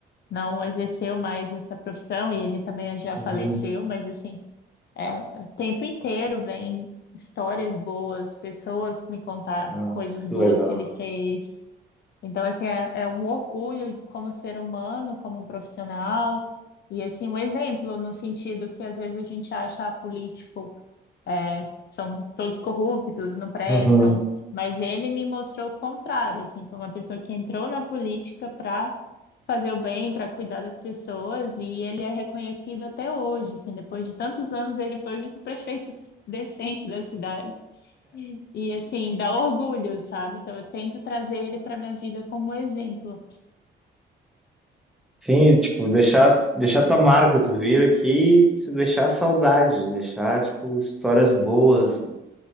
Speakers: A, on the left (about 55°); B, in the centre.
A: não exerceu mais essa profissão, e ele também já
B: uhum.
A: faleceu, mas assim, é, o tempo inteiro vem histórias boas, pessoas me contar
B: Nossa,
A: coisas
B: que
A: boas
B: legal.
A: que ele fez. Então, assim, é, é um orgulho como ser humano, como profissional, e assim, um exemplo no sentido que às vezes a gente acha ah, político, é, são todos corruptos, não prestam,
B: Uhum.
A: mas ele me mostrou o contrário, assim, foi uma pessoa que entrou na política para fazer o bem, para cuidar das pessoas, e ele é reconhecido até hoje, assim, depois de tantos anos, ele foi o único <laughs> prefeito decente da cidade. E assim, dá orgulho, sabe? Então eu tento trazer ele para minha vida como exemplo.
B: Sim, tipo, deixar, deixar tua marca, tu vir aqui, e deixar saudade, deixar, tipo, histórias boas,